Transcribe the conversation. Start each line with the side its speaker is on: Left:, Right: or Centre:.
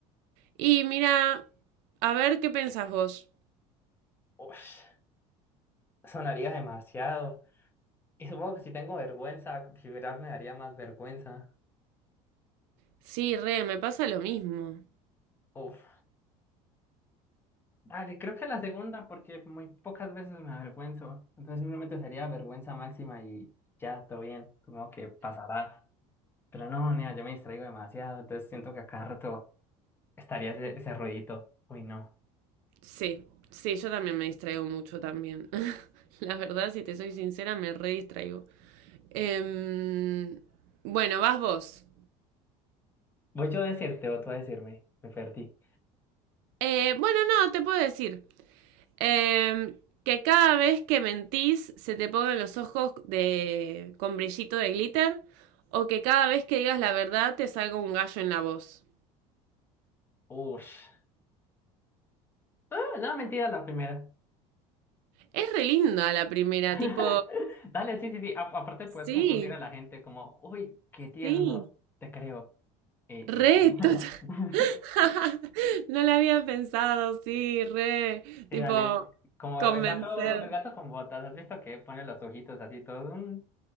Right: Y mira, a ver qué pensás vos.
Left: Ush, sonaría demasiado. Y supongo que si tengo vergüenza, vibrar me daría más vergüenza.
Right: Sí, re, me pasa lo mismo.
Left: Uf. Dale, creo que la segunda, porque muy pocas veces me avergüenzo. Entonces simplemente sería vergüenza máxima y ya, todo bien. Supongo que pasará. Pero no, nea, yo me distraigo demasiado. Entonces siento que a cada rato estaría ese, ese ruidito. Uy, no.
Right: Sí, sí, yo también me distraigo mucho también. <laughs> La verdad, si te soy sincera, me re distraigo. Em, bueno, vas vos.
Left: Voy yo a decirte o tú a decirme. Me perdí.
Right: Eh, bueno, no, te puedo decir em, que cada vez que mentís se te pongan los ojos de con brillito de glitter o que cada vez que digas la verdad te salga un gallo en la voz.
Left: Ush. Ah, no, mentira, la primera.
Right: Es re linda la primera,
Left: <laughs>
Right: tipo...
Left: Dale, sí, sí, sí. A- aparte puedes
Right: Sí,
Left: confundir a la gente como, uy, qué tierno,
Right: sí,
Left: te creo. Y,
Right: re,
Left: y ya. <laughs>
Right: total. <laughs> No la había pensado, sí, re,
Left: Sí,
Right: tipo,
Left: dale, como
Right: convencer.
Left: el gato, el gato con botas, ¿has visto que pone los ojitos así todos? Mm,